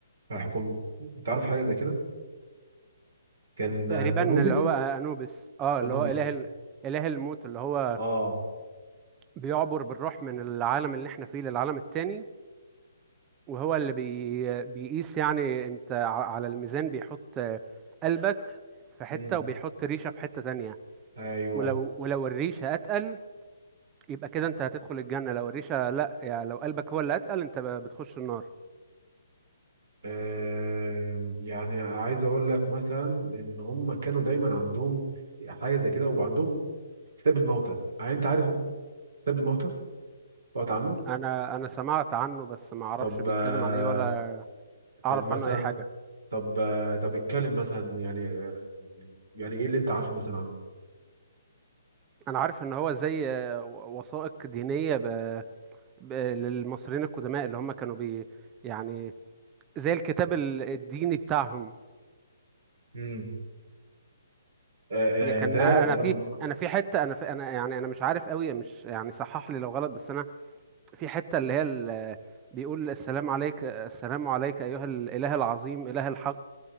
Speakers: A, on the right; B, on the right.
A: هيحكم تعرف حاجه زي كده كان
B: تقريبا
A: آه، انوبis
B: اللي هو انوبيس اه اللي
A: انوبis
B: هو اله ال- اله الموت اللي هو
A: اه
B: بيعبر بالروح من العالم اللي احنا فيه للعالم التاني وهو اللي بي بيقيس يعني انت ع- على الميزان بيحط آه، قلبك في حتة
A: امم
B: وبيحط ريشة في حتة تانية
A: ايوه
B: ولو ولو الريشة اتقل يبقى كده انت هتدخل الجنة لو الريشة لا يعني لو قلبك هو اللي اتقل انت ب- بتخش النار
A: آه يعني عايز اقول لك مثلا ان هم كانوا دايما عندهم حاجه زي كده وعندهم كتاب الموتى يعني انت عارف كتاب الموتى قرأت عنه
B: انا انا سمعت عنه بس ما اعرفش
A: طب
B: بيتكلم
A: آه،
B: عن ايه ولا
A: طب
B: اعرف
A: مثلا
B: عنه اي حاجة
A: طب آه، طب اتكلم مثلا يعني آه، يعني ايه اللي انت عارفه مثلا عنه
B: انا عارف ان هو زي آه، و- وثائق دينية ب... ب- للمصريين القدماء اللي هم كانوا بي يعني زي الكتاب ال- الديني بتاعهم
A: امم آه،
B: يعني كان
A: آه، ده
B: أ- انا
A: لما
B: في انا في حته انا في انا يعني انا مش عارف قوي مش يعني صحح لي لو غلط بس انا في حته اللي هي ال- بيقول السلام عليك السلام عليك ايها الاله العظيم اله الحق